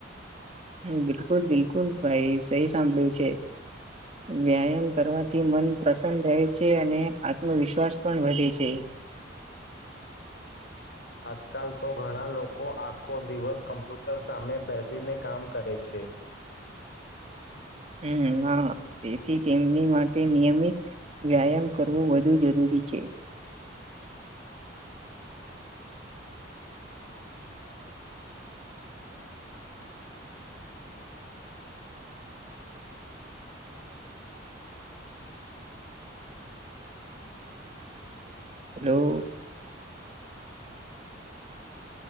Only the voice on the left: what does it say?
આજકાલ તો ઘણા લોકો આખો ફ દિવસ કમ્પ્યુટર સામે બેસીને કામ કરે છે.